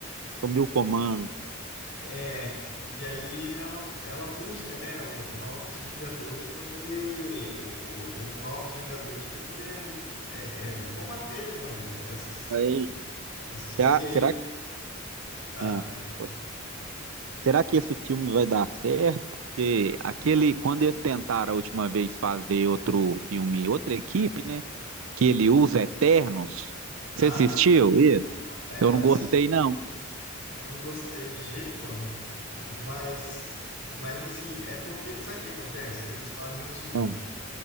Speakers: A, on the right; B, on the left.
A: Sumiu o comando.
B: É, e aí ela, ela busca, né, o- novos Vingadores para poder, o- os novos Vingadores para poder é, é, combater, né, os- essas
A: Aí,
B: Essas coisas.
A: será,
B: E aí.
A: será que.
B: Ah,
A: Ah,
B: pode falar.
A: pode. Será que esse filme vai dar certo? Porque aquele, quando eles tentaram a última vez fazer outro filme, outra equipe, né? Que ele usa Eternos. Você
B: Ah,
A: assistiu
B: não, mas,
A: ele?
B: é,
A: Eu não
B: assim,
A: gostei, não.
B: não gostei de jeito nenhum. Mas, mas assim, é porque. Sabe o que acontece? Eles fazem o seguinte.
A: Ah,